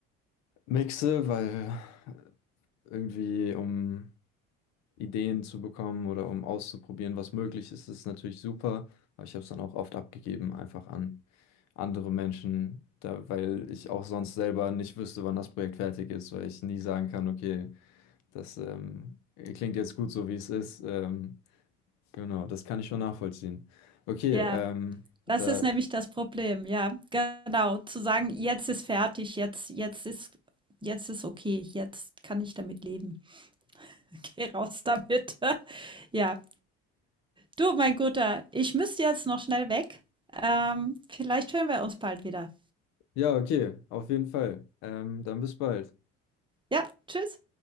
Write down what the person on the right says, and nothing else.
Ja,
das
ist nämlich das Problem. Ja, genau. Zu sagen, jetzt ist fertig, jetzt, jetzt ist. Jetzt ist okay, jetzt kann ich damit leben. <laughs> Geh raus damit. <laughs> ja, du, mein Guter, ich müsste jetzt noch schnell weg. Ähm, vielleicht hören wir uns bald wieder.
Ja, tschüss.